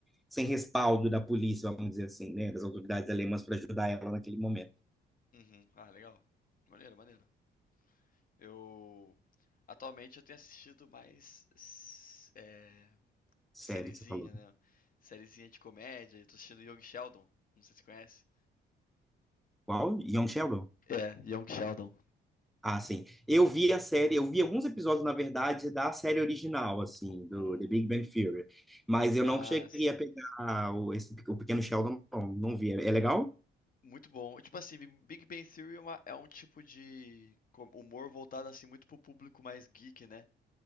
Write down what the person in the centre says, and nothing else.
sem respaldo da polícia, vamos dizer assim, né? Das autoridades alemãs para ajudar ela naquele momento.
Sério
que você falou.
Qual? Young Sheldon?
Ah, sim. Eu vi a série, eu vi alguns episódios, na verdade, da série original, assim,
do
The Big Bang Theory. Mas eu
não cheguei
a pegar o, esse- o Pequeno Sheldon, não, não vi. É, é legal?